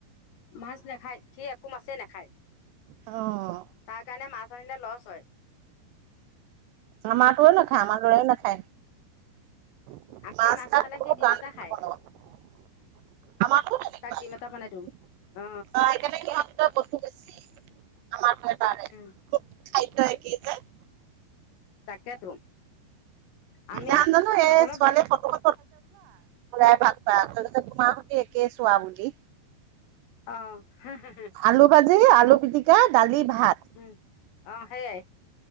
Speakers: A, on the left; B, on the right.
A: মাছ নাখায় সি একো মাছেই নাখায়।
B: অ'।
A: তাৰ কাৰণে মাছ আনিলে লছ হয়।
B: আমাৰতোও নাখায় আমাৰ দৰেই নাখায়। মাছ
A: আমি
B: তাছ
A: খালে সি ডিম এটা
B: <unintelligible>
A: খায়।
B: আমাৰতো তেনেকুৱাই, বা
A: তাক
B: <unintelligible>
A: ডিম এটা বনাই দিওঁ
B: কি হ'ল
A: অ
B: <unintelligible> বেছি আমাৰ <unintelligible> খাদ্য
A: উম
B: একেই যে।
A: তাকেতো। আমি
B: নাম জানো এ,
A: খাবলৈ
B: ছোৱালীৰ
A: বেয়া
B: <unintelligible> <unintelligible> তোমাৰ সৈতে একে চোৱা বুলি।
A: অ'।
B: আলু ভাজি, আলু পিটিকা, দালি, ভাত।
A: উম অ' সেইয়াই।